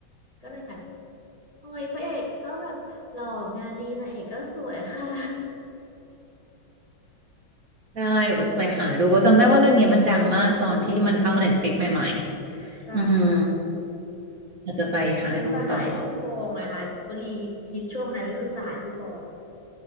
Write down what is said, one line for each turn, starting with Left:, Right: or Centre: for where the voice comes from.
Left: ก็เลยแบบโอ้ยพระเอกก็แบบหล่องานดีนางเอกก็สวยค่ะ
Right: ได้เดี๋ยวโบจะไปหาดูโบจำได้ว่าเรื่องเนี้ยมันดังมากตอนที่มันเข้าเน็ฟิกใหม่
Left: <laughs>
Right: ๆอืม
Left: ใช่ค่ะ
Right: อาจจะไปหาดูต่อ
Left: เป็นสหายผู้กองนะคะวลีฮิตช่วงนั้นก็คือสหายผู้กอง